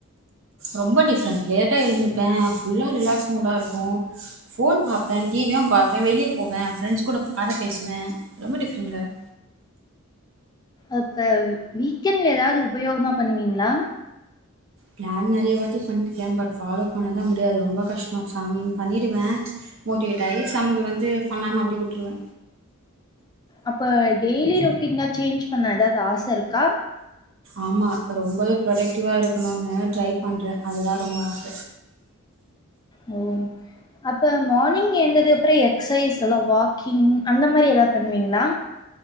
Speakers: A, on the right; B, on the left.
A: ரொம்ப டிஃப்ரெண்ட் லேட்டா எழுந்துப்பே ஃபுல்லா ரிலாக்ஸ் மூடா இருக்கு போன் பாப்பேன் டி வி யு பாப்பே வெளிய போவே ஃப்ரெண்ட்ஸ் கூட கத பேசுவே ரொம்ப டிஃப்ரெண்ட்டாரு
B: அப்ப வீக்கெண்ட்ல எதாவ்து உபயோகமா பண்ணுவீங்களா
A: ப்ளேன் நெறையா வாட்டி பண்ணிருக்கே பட் ஃபாலோ பண்ணதா முடியாது ரொம்ப கஷ்டோ சாமி பண்ணிடுவே மோட்டிவேட் ஆயி சம்து வந்து பண்ணாம அப்டியே விட்ருவே
B: அப்ப டெய்லி ரொட்டீன்ல சேஞ்ச் பண்ண எதாவ்து ஆச இருக்கா
A: ஆமா ரொம்பவே ப்ரொடக்டிவா இருக்கணுனு ட்ரை பண்றே அதுதா ரொம்ப ஆச
B: ஓ அப்ப மார்னிங் எந்ததுக்கப்றோ எக்ஸசைஸ் இல்லா வாக்கிங் அந்த மாரி எதாவ்து பண்ணுவீங்ளா